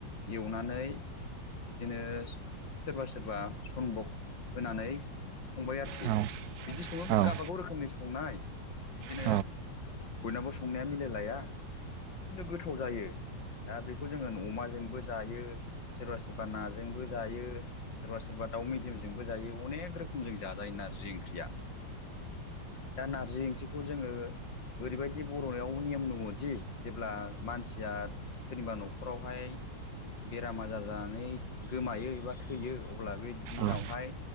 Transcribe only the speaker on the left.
एवनानै बिदिनो सोरबा सोरबा सनबक होनानै संबाय आरोखि
बिदि सङो
गावबागाव रोखोमनि संनाय बिदिनो
बयनावो संनाया मिलायलाया किन्तु गोथाव जायो। दा बेखौ जोङो नमाजोंबो जायो सोरबा सोरबा नाजोंबो जायो सोरबा सोरा सोरबा दाउ मेजेमजोंबो जायो अनेक रोखोमजों जाजायो नारजि ओंख्रिया दा नारजि ओंख्रिखौ जोङो। ओरैबायदि बर'नायाव नेम दङदि जेब्ला मानसिया सोरनिबा न'खरावहाय बेराम आजार जानानै गोमायो एबा थैयो अब्ला बे दिनाव
हाय